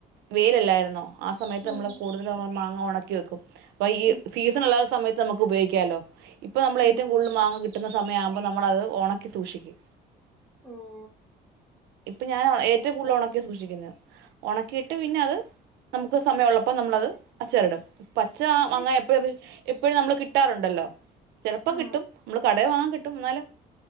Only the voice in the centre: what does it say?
ഉം
ഉം
ഉം
ഉം
ഉം
ടേസ്റ്റാ
പക്ഷെ
ആ